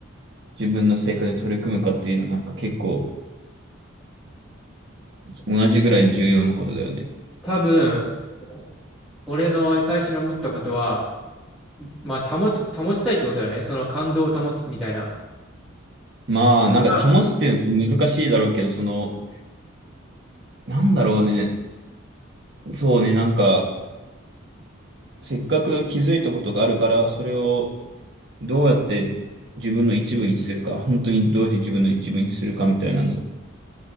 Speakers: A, on the right; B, in the centre.
A: 自分の生活で取り組むかっていうのは、なんか結構、同じぐらい重要なことだよね。
B: 多分、お俺の最初に思ったことは、まあ、保つ、保ちたいってことだよね。その感動を保つみたいな。
A: まあ、なんか保つっていうのは難しいだろうけど、
B: が
A: その、なんだろうね。そうね、なんか、せっかく気づいたことがあるから、それをどうやって自分の一部にするか、本当にどうやって自分の一部にするかみたいなの。